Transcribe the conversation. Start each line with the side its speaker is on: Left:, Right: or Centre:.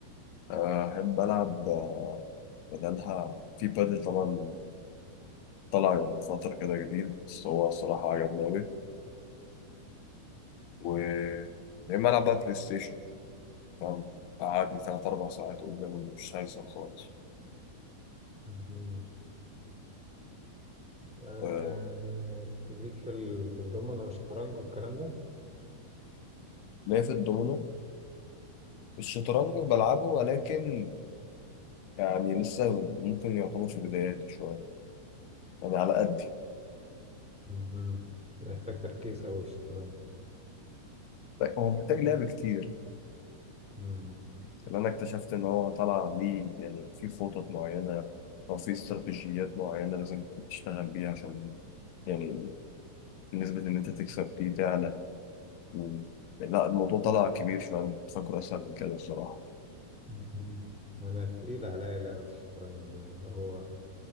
Left: آه، أحب ألعب آه، بدلها في بادل طبعا طلع من فترة كده جديد بس هو الصراحة عجبني أوي و يا إما ألعب بقى بلاي ستيشن فاهم قعد لي تلات أربع ساعات قدامه مش هيحصل خالص
Centre: مهم. مهم. آه،
Left: آه،
Centre: ليك في ال- في الضمنة والشطرنج والكلام ده
Left: ليا في الدومينو الشطرنج بلعبه ولكن يعني لسه ممكن يعتبر في بداياتي شوية يعني على قد
Centre: مهم. يحتاج تركيز أوي الشطرنج
Left: طيب هو محتاج لعب كتير
Centre: مم.
Left: لأن أنا اكتشفت إن هو طلع ليه يعني في خطط معينة أو في استراتيجيات معينة لازم تشتغل بيها عشان يعني نسبة إن أنت تكسب دي تعلى و... لا الموضوع طلع كبير شوية أنا كنت فاكره أسهل من كده الصراحة
Centre: مهم. أنا تقيل عليا لعبة الشطرنج دي، يعني اللي هو